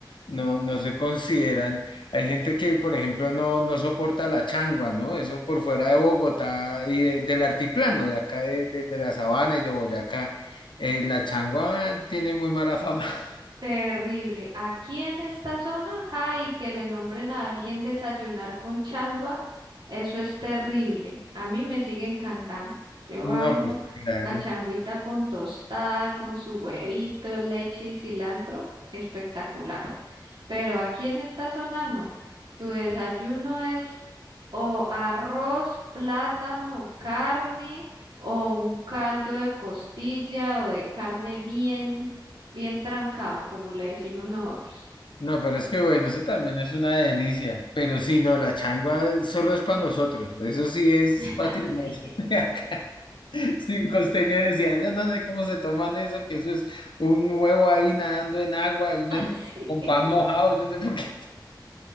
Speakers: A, on the left; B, on the right.
A: no, no se consideran. Hay gente que, por ejemplo, no, no soporta la changua, ¿no? Eso por fuera de Bogotá y de- del altiplano, de acá de, de- de la sabana y de Boyacá. Eh, la changua tiene muy mala fama. <laughs>
B: Terrible. Aquí en esta zona, ay, que le nombren a alguien desayunar con changua, eso es terrible. A mí me sigue encantando. Yo
A: No,
B: amo
A: pues claro.
B: la changuita con tostada, con su huevito, leche y cilantro. Espectacular. Pero aquí en esta zona no. Tu desayuno es o arroz, plátano, carne o un caldo de costilla o de carne bien, bien trancado, como le decimos nosotros.
A: No, pero es que bueno, eso también es una delicia. Pero sí, no, la changua solo es para nosotros. Eso sí es
B: <laughs>
A: patrimonio
B: Así,
A: de acá. <laughs> Si un costeño decía, yo no sé cómo se toman eso, que eso es un huevo ahí nadando en agua, y no
B: así.
A: sé por- con pan
B: Sí,
A: mojado, yo no sé por qué.